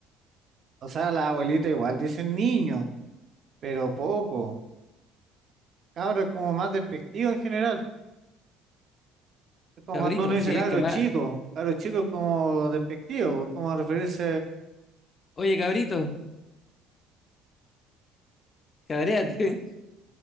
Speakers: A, on the right; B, on the left.
A: O sea, la abuelita igual dicen niño, pero poco. Cabro es como más despectivo en general. Es como
B: cabrito,
A: cuando uno dice
B: sí,
A: cabro
B: es que más,
A: chico. Cabro chico es como despectivo, es como referirse,
B: oye cabrito, cabréate.